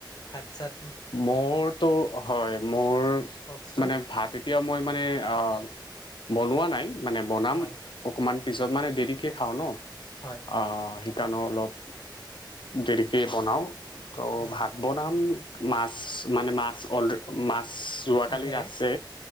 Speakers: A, on the left (about 55°); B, on the left (about 80°).
A: ভাত ছাত
B: মোৰতো হয় মোৰ
A: কওকচোন
B: মানে ভাত এতিয়া মই মানে অ। বনোৱা নাই। মানে বনাম
A: হয়
B: অকণমান পিছত মানে দেৰিকে খাওঁ ন। অ
A: হয়
B: অ সেইট- কাণো অলপ দেৰিকৈ বনাওঁ। ত
A: ন
B: ভাত বনাম। মাছ মানে মাছ অল মাছ ছোৱা
A: কিহেৰে
B: কালিৰ আছে,